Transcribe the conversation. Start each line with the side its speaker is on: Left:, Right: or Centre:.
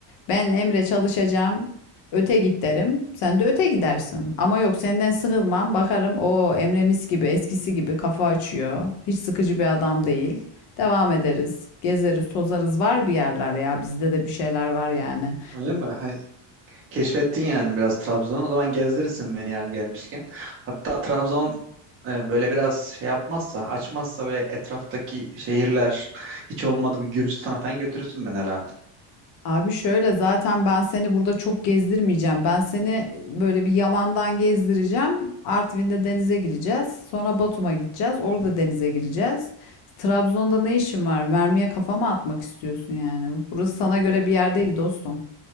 Left: Ben Emre çalışacağım. Öte git derim. Sen de öte gidersin. Ama yok senden sıkılmam. Bakarım o Emre mis gibi eskisi gibi kafa açıyor. Hiç sıkıcı bir adam değil. Devam ederiz. Gezeriz, tozarız. Var bir yerler ya. Bizde de bir şeyler var yani.
Right: Öyle mi? Keşfettin yani biraz Trabzon'u. O zaman gezdirirsin beni yani gelmişken. Hatta Trabzon e, böyle biraz şey yapmazsa, açmazsa böyle etraftaki şehirler hiç olmadı bir Gürcistan'a falan götürürsün beni herhalde.
Left: Abi şöyle zaten ben seni burada çok gezdirmeyeceğim. Ben seni e, böyle bir yalandan gezdireceğim. Artvin'de denize gireceğiz. Sonra Batum'a gideceğiz. Orada denize gireceğiz. Trabzon'da ne işin var? Mermiye kafama atmak istiyorsun yani. Burası sana göre bir yer değil dostum.